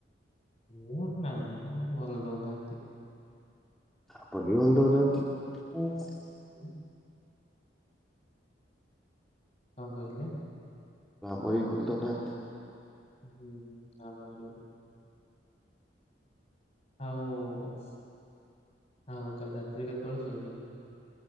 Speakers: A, on the left (about 35°); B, in the centre.
A: ହ ନାଇଁ ଭଲ ନାହାନ୍ତି ।
B: ଆପଣ ବି ଭଲ ଦଉନାନ୍ତି ।
A: ହଁ । କଣ କହିଲେ?
B: ଗ୍ରମର ଭଲ ଦଉନାନ୍ତି ।
A: ହୁଁ ଆମରି ବି ଆଉ ହଁ ହଉ କାଲି ରାତିରେ କେତେବେଳେ ଶୋଇଲ ।